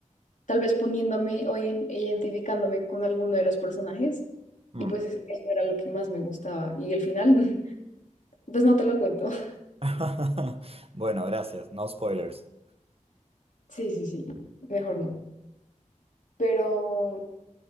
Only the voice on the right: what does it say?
Mm.
<laughs> Bueno, gracias. No spoilers.